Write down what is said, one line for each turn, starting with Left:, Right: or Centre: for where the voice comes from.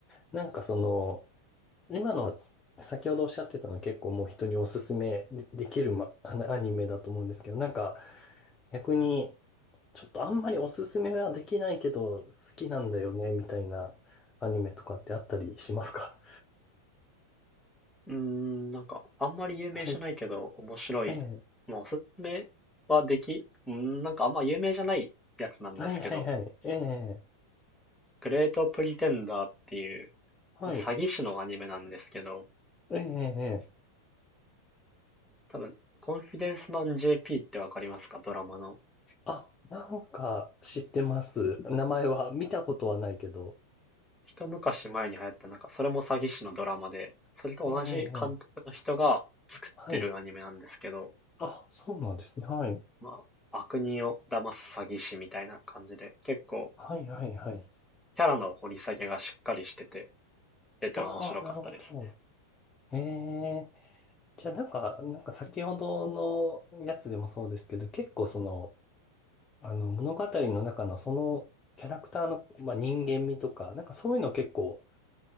Left: なんかその、今の先ほどおっしゃってたのは結構もう人におすすめでできる、ま、あのアニメだと思うんですけど、なんか逆にちょっとあんまりおすすめはできないけど好きなんだよねみたいなアニメとかってあったりしますか
Centre: うーん、なんか、あんまり有名じゃないけど、
Left: <laughs> はい。
Centre: 面白い。
Left: ええ。
Centre: まあ、おすすめはでき、うーん、なんかあんま有名じゃないやつなんですけど、
Left: はいはいはい。ええ。
Centre: グレートプリテンダーっていう、
Left: はい。
Centre: 詐欺師のアニメなんですけど、
Left: ええ。ええ
Centre: 多分、コンフィデンスマン JP ってわかりますかドラマの。
Left: あ、なんか知ってます。名前は見たことはないけど。
Centre: 一昔前に流行った、なんか、それも詐欺師のドラマで、それと同じ監督の人が作ってるアニメなんですけど、
Left: ええ。ええはい。あ、そうなんですね。はい。
Centre: まあ、悪人を騙す詐欺師みたいな感じで、結構、
Left: はいはいはい。
Centre: キャラの掘り下げがしっかりしてて、出て面白かったです
Left: ああ、なるほど。ええ。じゃあなんか、なんか先ほどのやつでもそうですけど、結構その、あの物語の中のそのキャラクターの、まあ、人間味とか、なんかそういうの結構